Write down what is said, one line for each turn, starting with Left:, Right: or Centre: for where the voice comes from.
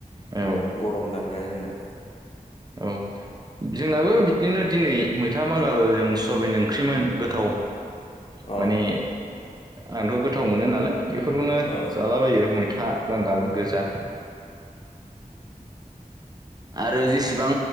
Right: औ
Left: गरम दानगारो होनना।
Right: औ। जोंनाबो बिदिनो दिनै मैथा बांगालजों सेवाबिन ओंख्रिमोन गोथाव।
Left: अ
Right: माने आंथ' गोथाव मोनो नालाय बेफोरखौनो
Left: ओं
Right: जालाबायो मै था बांगाल गोजा। आरो जेसेबां